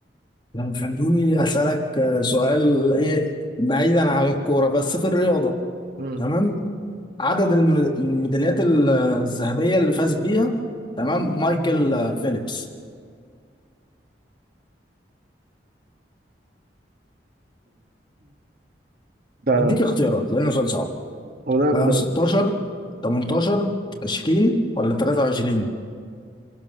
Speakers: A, on the left; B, on the right.
A: لما خليني أسألك آه، سؤال إيه بعيدا عن الكورة بس في الرياضة
B: مم.
A: تمام عدد الم- الميداليات ال- الذهبية اللي فاز بيها تمام مايكل آه، فيليبس
B: ده
A: أديك اختيارات لأنه سؤال صعب
B: هو ده
A: آه،
B: ب
A: 16 18 20 ولا 23